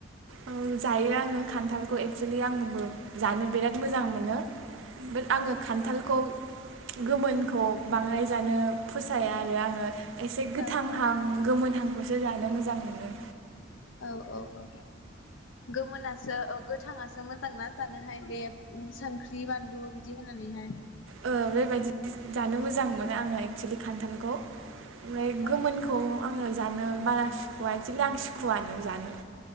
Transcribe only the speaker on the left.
औ
औ औ
औ औ औ गोमोनासो औ गोथाङासो मोजांना जानोहाय बे संख्रि बानलु बिदि होनानैहाय।
औ